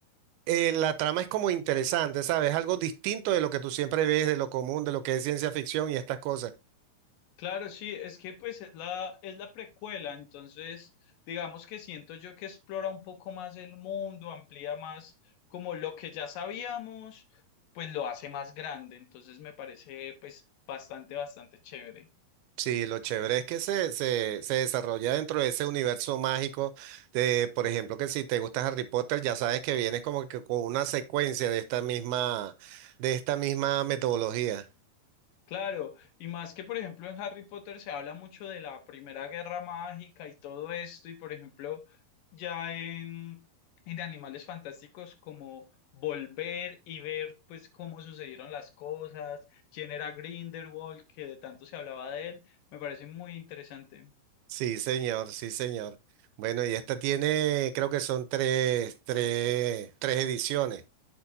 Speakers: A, on the right; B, on the left.
A: eh, la trama es como interesante, ¿sabes? Algo distinto de lo que tú siempre ves, de lo común, de lo que es ciencia ficción y estas cosas.
B: Claro, sí, es que pues es la, es la precuela, entonces digamos que siento yo que explora un poco más el mundo, amplía más como lo que ya sabíamos, pues lo hace más grande, entonces me parece pues bastante, bastante chévere.
A: Sí, lo chévere es que se, se, se desarrolla dentro de ese universo mágico de, por ejemplo, que si te gusta Harry Potter, ya sabes que vienes como que con una secuencia de esta misma, de esta misma metodología.
B: Claro, y más que por ejemplo en Harry Potter se habla mucho de la Primera Guerra Mágica y todo esto, y por ejemplo ya en, en Animales Fantásticos como volver y ver pues cómo sucedieron las cosas, quién era Grindelwald, que de tanto se hablaba de él, me parece muy interesante.
A: Sí, señor, sí, señor. Bueno, y esta tiene, creo que son tres, tres, tres ediciones,